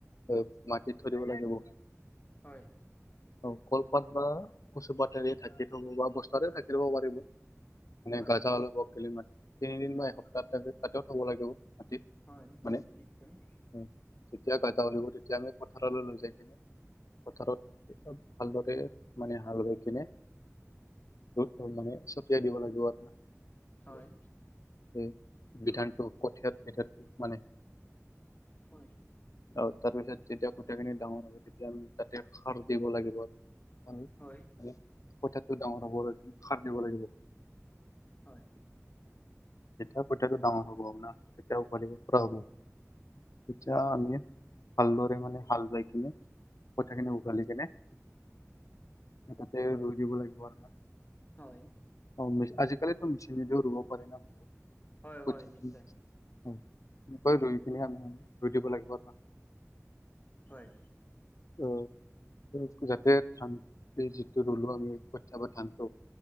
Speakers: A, on the left; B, on the left.
A: হক - মাটিত থৈ দিব লাগিব।
B: হয়।
A: অহ। কলপাত বা কচুপাতেৰে ঢাকি থব, বা বস্তাৰেও ঢাকি থ'ব পাৰিব। মানে
B: হয়
A: গজাল <unintelligible> মানে তিনিদিন বা এসপ্তাহ তাতেও থ'ব লাগিব। মাটিত
B: হয়।
A: মানে
B: <unintelligible>
A: উম, যেতিয়া গজা ওলিয়াব, তেতিয়া আমি পথাৰলৈ লৈ যাই কেনে পথাৰত, ভালদৰে মানে হাল বাই কেনে <unintelligible> মানে ছটিয়াই দিব লাগিব আপোনাক।
B: হয়
A: <unintelligible> এই বিধানটো কঠিয়াত উঠত মানে
B: হয়।
A: অ'হ। তাৰপিছত যেতিয়া কঠিয়াখিনি ডাঙৰ হ'ব, তেতিয়া আমি তাতে সাৰো দিব লাগিব <unintelligible> আমি।
B: হয়।
A: হয়। কঠিয়াটো ডাঙৰ হ'ব লাগিলে, সাৰ দিব লাগিব।
B: হয়।
A: তেতিয়া কঠিয়াটো ডাঙৰ হব আপোনাৰ। তেতিয়া উঘালিব পৰা হ'ব। তেতিয়া
B: উম
A: আমি ভালদৰে মানে হাল বাই কিনে, কঠিয়াখিনি উঘালি কেনে এ তাতে ৰুই দিব লাগিব আৰু না।
B: হয়।
A: অহ। আজিকালিটো মেচিনেদিও ৰুব পাৰে না বহুত।
B: হয় হয়
A: কঠিয়াখিনি
B: নিশ্চয়
A: উনেকৈ ৰুই পিনি আমি ৰুই দিব লাগিব আৰু ন।
B: হয়।
A: উম। যাতে ধান যিটো ৰুলো আমি কঠিয়া বা ধানটো